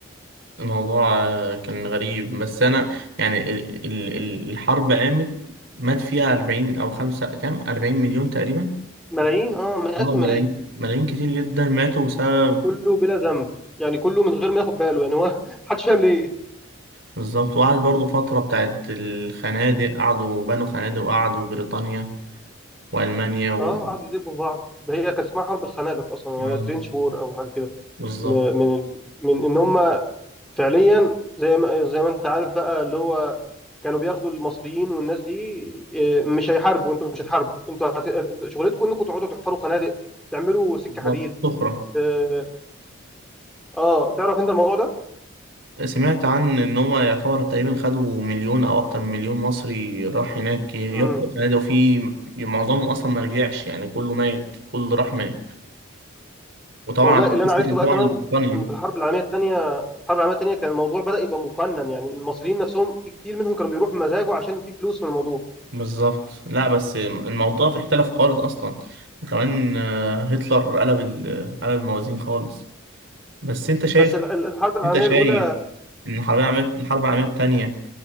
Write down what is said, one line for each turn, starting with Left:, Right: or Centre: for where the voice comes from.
Right: الموضوع آه، كان غريب بس انا يعني ال- ال- ال- الحرب قامت مات فيها 40 او خمسة كام 40 مليون تقريبا
Centre: ملايين اه مئات
Right: اه
Centre: الملايين
Right: ملايين ملايين كتير جدا ماتوا بسبب
Centre: وكله بلا ذنب يعني كله من غير ما ياخد باله يعني هو <laughs> محدش فاهم ليه
Right: بالظبط وقعد برضو فترة بتاعت الخنادق قعدوا بنوا خنادق وقعدوا بريطانيا وألمانيا و
Centre: اه قعدوا يدبوا في بعض ده هي كان اسمها حرب الخنادق اصلا يعني
Right: آه،
Centre: ترينش وور او حاجه كده
Right: بالظبط
Centre: م- من ال... من ان هم فعليا زي ما زي ما انت عارف بقى اللي هو كانوا بياخدوا المصريين والناس دي إيه، مش هيحاربوا انتوا مش هتحاربوا انتوا هت... شغلتكم انكم تقعدوا تحفروا خنادق تعملوا سكه
Right: بالظبط
Centre: حديد
Right: سخرة
Centre: اه آه، تعرف انت الموضوع ده؟
Right: سمعت عن ان هم يعتبر تقريبا خدوا مليون او اكتر من مليون مصري راح هناك يحفر
Centre: امم
Right: فنادق وفي معظمهم اصلا ما رجعش يعني كله مات كله اللي راح مات وطبعا
Centre: والله
Right: عشان
Centre: اللي
Right: قصة
Centre: انا عرفته بقى
Right: طبعا
Centre: كمان
Right: البريطانيا
Centre: ان في الحرب العالميه الثانيه الحرب العالميه الثانيه كان الموضوع بدا يبقى مقنن يعني المصريين نفسهم في كتير منهم كانوا بيروحوا بمزاجه عشان في فلوس من الموضوع
Right: بالظبط لا بس الموضوع اختلف خالص اصلا وكمان آه، هتلر قلب ال- قلب الموازين خالص بس انت شايف
Centre: بس ال- ال- الحرب العالميه
Right: انت شايف
Centre: الاولى
Right: ان الحرب العالميه الحرب العالميه الثانيه